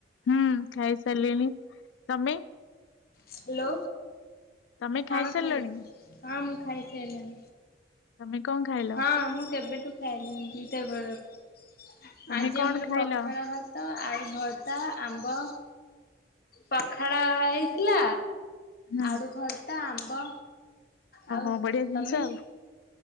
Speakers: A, on the left; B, on the left.
A: ହୁଁ ଖାଇ ସାରିଲିଣି ତମେ?
B: ହାଲୋ
A: ତମେ ଖାଇସାରିଲଣି
B: କଣ ଖାଇଲ ହଁ ମୁଁ ଖାଇସାଇଲିଣି।
A: ତମେ କଣ ଖାଇଲ?
B: ହଁ ମୁଁ କେବେଠୁ ଖାଇଲିଣି ଦି ଟା ବେଳଠୁ।
A: ତମେ
B: ଆଜି
A: କଣ
B: ଆମର
A: ଖାଇଲ?
B: ପଖାଳ ଭାତ ଆଳୁ ଭତ୍ତା ଆମ୍ବ। ପଖାଳ ହେଇଥିଲା
A: ହୁଁ
B: ଆଡ଼ୁ ଭର୍ତା ଆମ୍ବ। ଆଉ
A: ଓହୋ ବଢିଆ
B: ତମେ?
A: ଜିନିଷ ଆଉ।